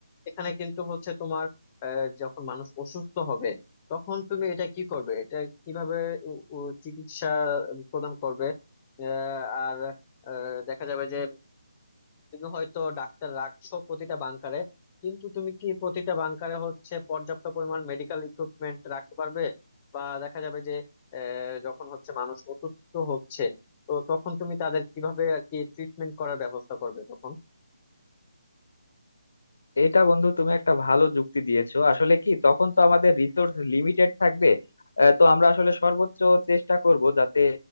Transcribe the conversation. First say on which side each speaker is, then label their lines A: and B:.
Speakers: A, on the left; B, on the left.
A: এখানে কিন্তু হচ্ছে তোমার আহ, যখন মানুষ অসুস্থ হবে তখন তুমি এটা কি করবে এটা কিভাবে উ- উ- চিকিৎসা প্রদান করবে আহ, আর আহ, দেখা যাবে যে তুমি হয়তো ডাক্তার রাখছো প্রতিটা বাংকারে কিন্তু তুমি কি প্রতিটা বাংকারে হচ্ছে পর্যাপ্ত পরিমাণ মেডিকেল ইকুইপমেন্ট রাখতে পারবে বা দেখা যাবে যে আহ, যখন হচ্ছে মানুষ অসুস্থ হচ্ছে তো তখন তুমি তাদের কিভাবে আর কি ট্রিটমেন্ট করার ব্যবস্থা করবে তখন
B: এটা বন্ধু তুমি একটা ভালো যুক্তি দিয়েছো আসলে কি তখন তো আমাদের রিসোর্স লিমিটেড থাকবে আহ, তো আমরা আসলে সর্বোচ্চ চেষ্টা করব যাতে